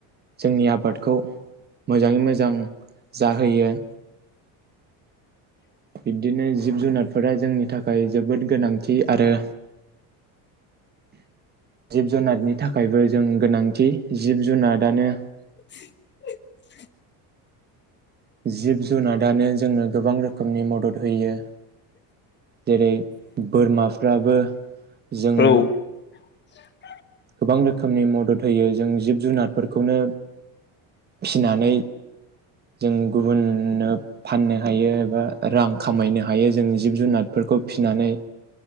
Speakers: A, on the right; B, on the left.
A: जोंनि आबादखौ मोजाङै मोजां जाहोयो बिबदिनो जिब जुनारफोरा जोंनि थाखाय जोबोद गोनांथि आरो जिब जुनारनि थाखायबो जों गोनांथि थि जिब जुनारानो
B: <inaudible>
A: जिब जुनादानो जोंनो गोबां रोखोमनि मदद होयो जेरै बोरमाफ्राबो जोंनो
B: औ <inaudible>
A: गोबां रोखोमनि मदद होयो जों जिब जुनारफोरखौनो फिनानै जों गुबुननो फाननो हायो एबा रां खामायनो हायो जों जिब जुनारफोरखौ फिनानै